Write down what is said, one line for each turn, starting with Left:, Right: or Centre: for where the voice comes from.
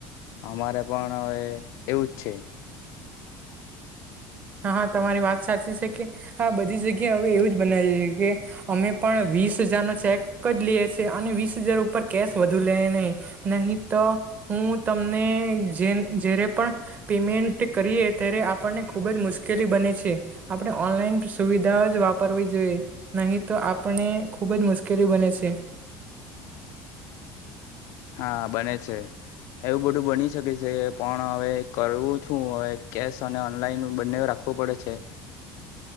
Left: અમારે પણ હવે એવુંજ છે.
Right: હહ તમારી વાત સાચી છે કે આ બધી જગ્યા હવે એવું જ બનાવી છે કે અમે પણ વીસ હજાર નો ચેક જ લઈએ છે અને વીસ હજાર ઉપર કેશ વધુ લે નહીં નહીં તો હું તમને જ્યારે પણ પેમેન્ટ કરીે ત્યારે આપણને ખૂબ જ મુશ્કેલી બને છે આપણે ઓનલાઈન સુવિધા જ વાપરવી જોઈએ નહીં તો આપણે ખૂબ જ મુશ્કેલી બને છે.
Left: <inaudible> હા બને છે. એવું બધું બની શકે છે પણ હવે કરવું છું હવે કેશ અને ઓનલાઈન બંને રાખ ખવું પડે છે.
Right: <inaudible>